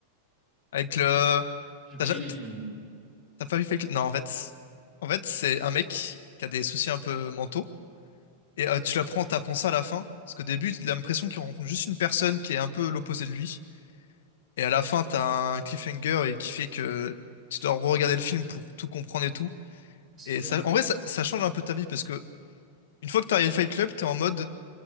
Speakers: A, on the left (about 80°); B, on the right (about 20°).
A: Avec le.
B: Je connais,
A: T'as ja-
B: mais j'ai pas vu.
A: T'as pas vu Fake... Non, en fait, en fait, c'est un mec qui a des soucis un peu mentaux. Et euh, tu l'apprends, t'apprends ça à la fin. Parce qu'au début, il a l'impression qu'il rencontre juste une personne qui est un peu l'opposé de lui. Et à la fin, t'as un cliffhanger et qui fait que tu dois regarder le film pour tout comprendre et tout.
B: C'est
A: Et
B: trop bien.
A: ça, en vrai, ça, ça change un peu ta vie parce que une fois que t'as regardé Fight Club, t'es en mode,